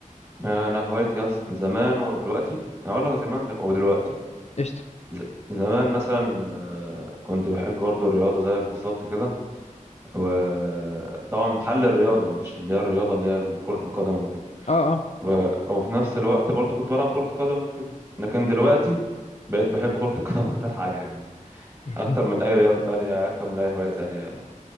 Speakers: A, on the right (about 20°); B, on the left (about 55°).
A: انا هوايتي أص... زمان ودلوقتي أنا هقول لك زمان دل... ودلوقتي
B: قشطه
A: ز... زمان مثلا آه، كنت بحب برضو الرياضه زيك بالظبط كده وطبعا من حل الرياضه مش اللي هي الرياضه اللي هي كره القدم وكده
B: اه اه
A: و... اه وفي نفس الوقت برضو كنت بلعب كره قدم وكده لكن دلوقتي بقيت بحب كره القدم <laughs> اكتر حاجه يعني
B: <laughs>
A: اكتر من اي رياضه تانية اكتر من اي هوايه تانية ايوه